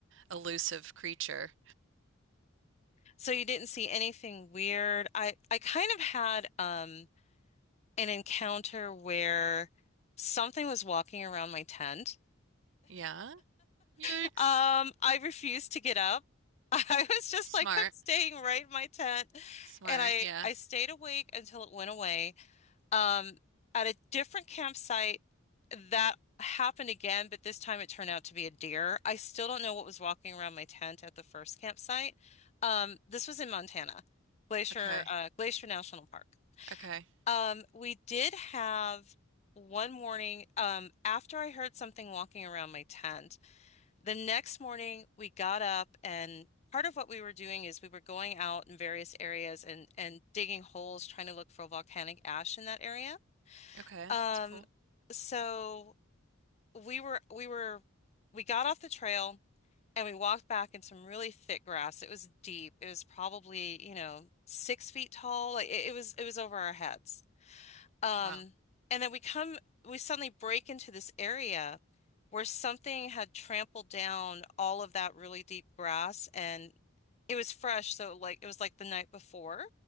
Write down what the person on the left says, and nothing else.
So you didn't see anything weird. I I kind of had um an encounter where something was walking around my tent.
Um, I refused to get up. <laughs> I was just
like, I'm staying right in my tent.
And I
I stayed awake until it went away. um, at a different campsite that happened again, but this time it turned out to be a deer. I still don't know what was walking around my tent at the first campsite. Um, this was in Montana, Glacier,
uh, Glacier National Park.
Um, we did have one morning, um, after I heard something walking around my tent, the next morning we got up and Part of what we were doing is we were going out in various areas and, and digging holes, trying to look for volcanic ash in that area.
Um,
so we were we were we got off the trail and we walked back in some really thick grass. It was deep. It was probably, you know, six feet tall. Like it, it was it was over our heads. Um,
and then we come we suddenly break into this area where something had trampled down all of that really deep grass and it was fresh, so like it was like the night before.